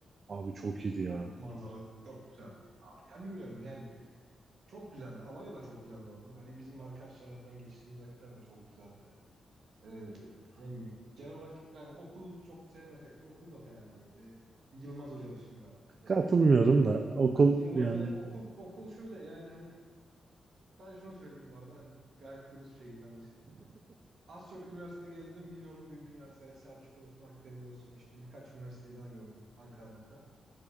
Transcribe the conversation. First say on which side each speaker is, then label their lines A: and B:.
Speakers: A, on the right (about 40°); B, on the right (about 60°).
A: Abi çok iyiydi ya.
B: o manzara çok güzeldi. Ya, bilmiyorum yani çok güzeldi. Alanya da çok güzel bu Hani bizim arkadaşlarla falan geçtiğimiz vakitler de çok güzeldi. E, ne bileyim. Genel olarak yani okul çok sevmesek de okul da fena değildi. Yılmaz Hoca dışında yani.
A: Katılmıyorum da okul
B: Yılmaz
A: yani
B: Hoca okul okul şöyle yani hani ben şunu söyleyeyim bu arada. Hani gayet dürüst bir şeyim kardeşim. Az çok üniversite gezdim biliyorum büyük üniversiteler Selçuk olsun Akdeniz olsun işte birkaç üniversiteyi daha gördüm Ankara'da falan.